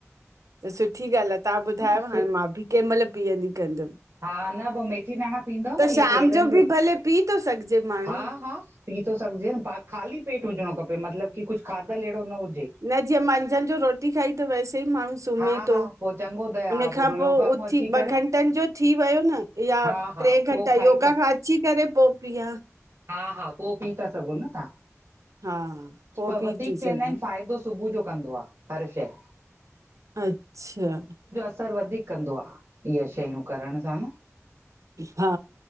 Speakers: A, on the right; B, on the right.
A: त सुठी ॻाल्ह आ तां ॿुधायो
B: न सु
A: हाणे मां बि कंहिं मल पीअंदी कंदम।
B: हा न पोइ मेथीदाणा पीअंद न इह
A: शाम
B: पेर जो
A: बि भले पी थो सघिजे माण्हू
B: हा हा। पी थो सघजे न खाली पेट हुजणो खपे मतलब की कुछ खाधल एहड़ो न हुजे।
A: न जीअं मंझंन जो रोटी खाई त वैसे ई माण्हू सुम्हे
B: हा हा
A: तो।
B: पो चङो त हा
A: हुन खां
B: योगा
A: पो उथी
B: मां अची
A: ॿ
B: करे
A: घंटन जो थी वयो न। या
B: हा
A: ट्रे
B: हा
A: घंटा
B: पो खाई
A: योगा
B: था
A: खां अची करे पो पीयां।
B: हा हा पो पी था सघो न तां।
A: हा। पोइ
B: पर
A: पी
B: वधीक
A: थी
B: चयंदा
A: सघां
B: आहिन फ़ाइदो सुबुह जो कंदो आ हर शय।
A: अच्छा।
B: असर वधीक कंदो आ इय शयूं करण सां न।
A: हा